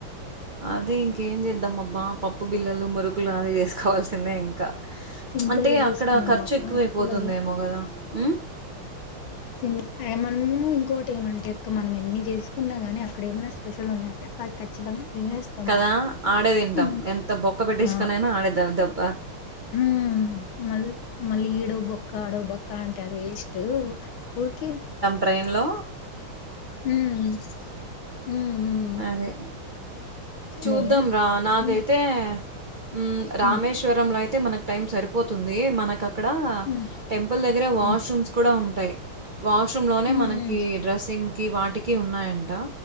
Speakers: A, on the right (about 80°); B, on the left (about 70°).
A: అది ఇంకేం చేద్దాం అబ్బా పప్పు బిల్లలు మురుకులు అవి చేసుకోవాల్సిందే. కా
B: సింపుల్
A: చ్ అంటే
B: గా చేసుకుందాం
A: అక్కడ ఖర్చు
B: అక్క
A: ఎక్కువైపోతుందేమో
B: ఎక్కువలాగే
A: గద. హ్ం.
B: సిమట్ మనము ఇంకోటి ఏమంటే అక్క మనం ఎన్ని చేసుకున్నా గాని అక్కడ ఏమైనా స్పెషల్ ఉన్నాయంటే కాలి ఖచ్చితంగా. తినేస్తాం
A: కదా
B: మనం
A: ఆడే తింటాం
B: హ్మ్.
A: ఎంత బొక్క పెట్టేసుకోనైన
B: ఆ
A: ఆడేదాబ్బ దబ్బ.
B: హ్మ్ మల్ మళ్లి ఈడొ బొక్క ఆడో బక్. క అంటే అది వేస్టు ఉరికె.
A: ట్రేన్ లో.
B: హ్మ్ హ్మ్.
A: అదే.
B: అదే
A: చూద్దాం రా నాకైతే
B: హ్మ్
A: ఉమ్ రామేశ్వరంలో
B: హ్మ్
A: అయి. అయితే మనకు టైం సరిపోతుంది మనక్. కక్కడ
B: హ్మ్
A: టెంపుల్ దగ్గర వాష్రూమ్స్
B: హ్మ్
A: కూడా ఉ. టై. వాష్రూమ్ లోనే
B: హ్మ్
A: మనకి
B: హ్మ్
A: డ్రెస్సింగ్. కి వాటికి ఉన్నాయంట